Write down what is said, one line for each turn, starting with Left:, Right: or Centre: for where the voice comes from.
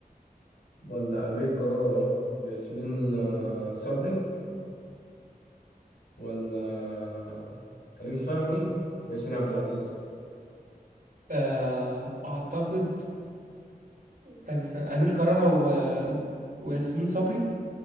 Left: ولا أمير كرارة وياسمين آه، صبري ولا كريم فهمي وياسمين عبد العزيز
Right: آه، اعتقد طب استنى أمير كرارة و... وياسمين صبري